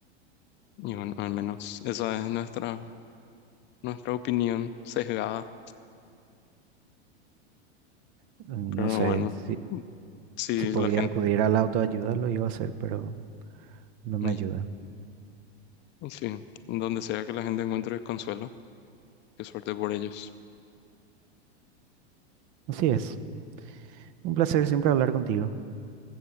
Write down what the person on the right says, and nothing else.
Eh, No
sé,
si,
si podía
acudir a la autoayuda lo iba a hacer, pero no me
ayuda.
Así es. Un placer siempre hablar contigo.